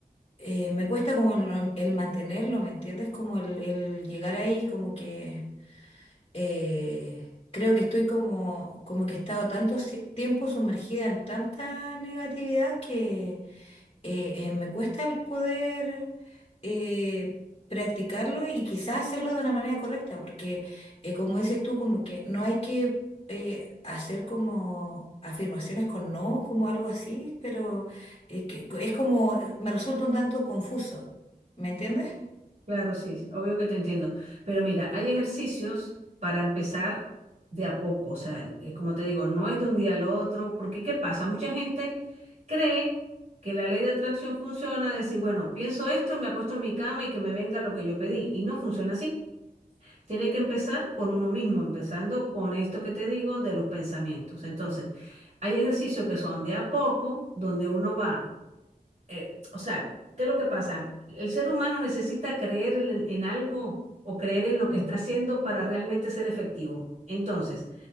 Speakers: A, on the left; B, on the right.
A: eh, me cuesta como el, el mantenerlo, ¿me entiendes? Como el, el llegar ahí, como que... eh, creo que estoy como, como que he estado tanto si- tiempo sumergida en tanta negatividad que eh, eh, me cuesta el poder eh, practicarlo y quizás hacerlo de una manera correcta, porque eh, como dices tú, como que no hay que eh, hacer como afirmaciones con no, como algo así, pero eh, que, es como, me resulta un tanto confuso, ¿me entiendes?
B: Claro, sí, obvio que te entiendo. Pero mira, hay ejercicios para empezar de a poco. O sea, es como te digo, no es de un día al otro, porque ¿qué pasa? Mucha gente cree que la ley de atracción funciona, decir, bueno, pienso esto, me acuesto en mi cama y que me venga lo que yo pedí. Y no funciona así. Tiene que empezar con uno mismo, empezando con esto que te digo de los pensamientos. Entonces, hay ejercicios que son de a poco, donde uno va eh, o sea, ¿qué es lo que pasa? El ser humano necesita creer en, en algo o creer en lo que
A: Ujú,
B: está haciendo para realmente ser efectivo. Entonces,